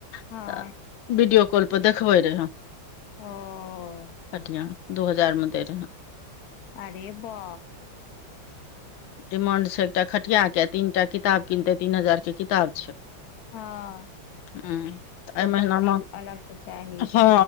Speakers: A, on the left; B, on the left.
A: हँ
B: तऽ वीडियो कॉल पर देखबै रहय
A: हाँ
B: खटिया दू हजारमे देे रहे
A: अरे बा
B: डिमांड छै एकटा खटियाके तीन टा किताब किनतै तीन हजारके किताब छै
A: हँ
B: हाँ तऽ अहि
A: ओकर
B: महीनामे
A: बिल अलग से चाही
B: हँ